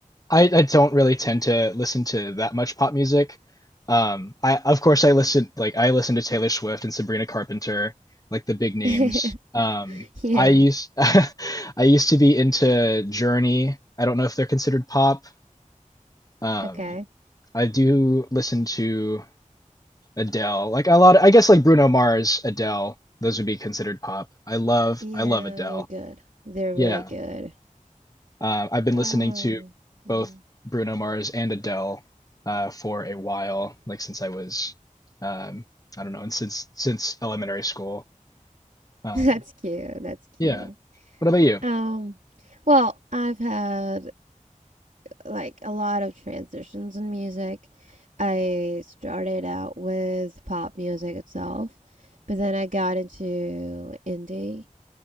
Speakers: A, on the left; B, on the right.
A: I, I don't really tend to listen to that much pop music. Um, I of course I listen like I listen to Taylor Swift and Sabrina Carpenter, like the big names.
B: <laughs>
A: Um,
B: Yeah.
A: I used <laughs> I used to be into Journey. I don't know if they're considered pop. Um,
B: Okay.
A: I do listen to Adele. Like a lot of, I guess like Bruno Mars, Adele, those would be considered pop. I love
B: Yeah,
A: I love Adele.
B: they're good. They're
A: Yeah.
B: really good.
A: Uh, I've been
B: Oh,
A: listening to
B: yeah.
A: both Bruno Mars and Adele uh, for a while, like since I was, um, I don't know, and since since elementary school.
B: <laughs>
A: Um,
B: That's cute. That's cute.
A: yeah. What about you?
B: Um, well, I've had like a lot of transitions in music. I started out with pop music itself, but then I got into indie